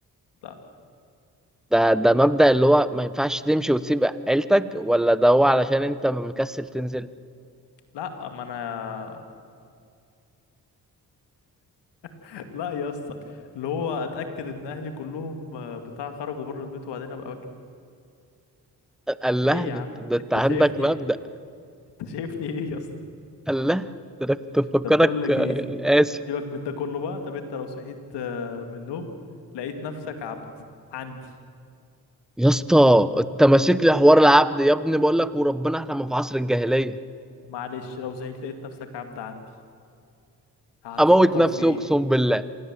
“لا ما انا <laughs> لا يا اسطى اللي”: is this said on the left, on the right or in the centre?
Left